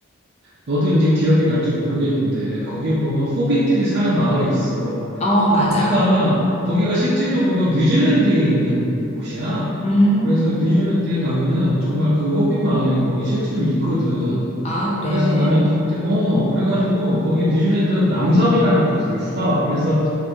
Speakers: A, on the right; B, on the left.
A: 너도 이제 기억이 날지 모르겠는데 거기 보면 호빗들이 사는 마을이 있어.
B: 어, 맞아.
A: 거기가 거기가
B: 음.
A: 실제적으로 뉴질랜드에 있는 곳이야.
B: 음.
A: 그래서 뉴질랜드에 가면은 정말 그 호빗 마을이 거기 실제로 있거든.
B: 아, 그래?
A: 그래서 나는 그때, 어, 그래가지고 거기 뉴질랜드 남섬이라는 곳이 있어. 그래서